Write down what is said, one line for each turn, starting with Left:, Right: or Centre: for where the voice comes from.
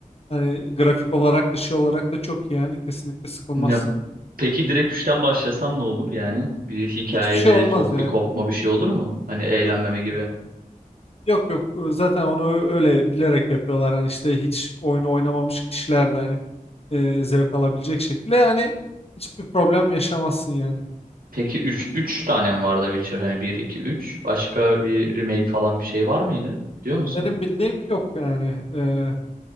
Left: Hani grafik olarak da şey olarak da çok iyi yani kesinlikle sıkılmazsın.
Right: Ya, peki direkt üçten başlasam ne olur yani? Bir hikayede
Left: Hiçbir şey olmaz
Right: çok
Left: yani.
Right: bir kopma bir şey olur mu? Hani eğlenmeme
Left: Yok
Right: gibi.
Left: yok. Yok yok. Zaten onu ö- öyle bilerek yapıyorlar. Hani işte hiç oyunu oynamamış kişiler de hani e, zevk alabilecek şekilde yani hiçbir problem yaşamazsın yani.
Right: Peki üç üç tane mi vardı Witcher? Hani bir 2 3 başka bir remake falan bir şey var mıydı? Diyor musun?
Left: Benim bildiğim yok yani. E,